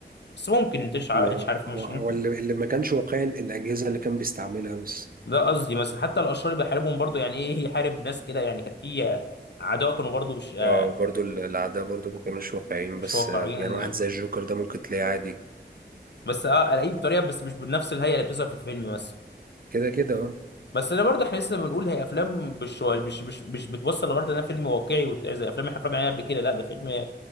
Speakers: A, on the left; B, on the right.
A: بس ممكن انت مش عا-
B: ما
A: مش عارف
B: هو
A: مش
B: هو
A: ممكن
B: اللي اللي ما كانش واقعي الأجهزة اللي كان بيستعملها بس
A: ده قصدي مثلا حتى الاشرار اللي بيحاربهم برضه يعني ايه يحارب ناس كده يعني كان في اعداء كانوا برضه مش آه،
B: اه برضو ال- الأعداء برضو ما كانوش واقعيين
A: مش
B: بس
A: واقعيين
B: آه، يعني واحد زي الجوكر ده ممكن تلاقيه عادي
A: بس اه الاقيه بطريقه بس مش بنفس الهيئه اللي بتظهر في الفيلم مثلا
B: كده كده اه
A: بس انا برضه احنا لسه بنقول هي افلام مش مش مش مش بتوصل لغرض انها فيلم واقعي وت- زي افلام احنا اتفرجنا عليها قبل كده لا ده فيلم